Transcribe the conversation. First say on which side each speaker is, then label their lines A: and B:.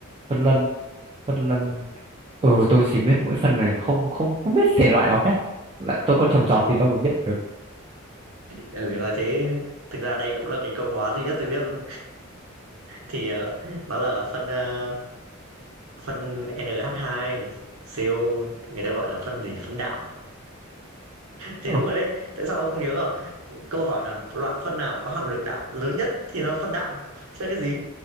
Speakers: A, on the right; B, on the right.
A: phân lân phân lân ừ tôi chỉ biết mỗi phân này không không không biết thể loại nào khác là tôi có trồng trọt thì đâu mà biết được
B: ừ nói thế thực ra đây cũng là cái câu hóa duy nhất tôi biết luôn thì đó là phân ờ, phân NH2 CO người ta gọi là phân gì nhỉ? phân đạo thì
A: ờ
B: đúng rồi đấy tại sao ông không nhớ à câu hỏi là loại phân nào có hàm lượng đạo lớn nhất thì nó phân đạm chứ cái gì